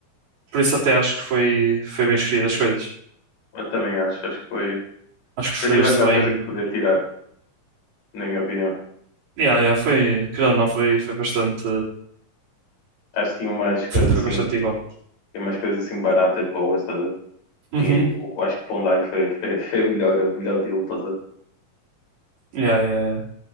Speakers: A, on the right; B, on the left.
A: Por isso, até acho que foi, foi bem escolhido as coisas.
B: Eu também acho, acho que foi.
A: Acho que
B: Foi
A: escolheste
B: tipo a melhor
A: bem.
B: coisa
A: e-
B: que podia tirar, na minha opinião.
A: Yeah, yeah, foi, querendo ou não, foi, foi bastante,
B: Acho que tinha umas coisas
A: foi
B: assim,
A: bastante igual.
B: tinha umas coisas assim baratas, boas, estás a ver?
A: Uhum.
B: Tinha aí, o- o- acho que o pão de alho foi, foi, foi o melhor, o melhor deal, estás a ver?
A: Yeah, yeah, yeah.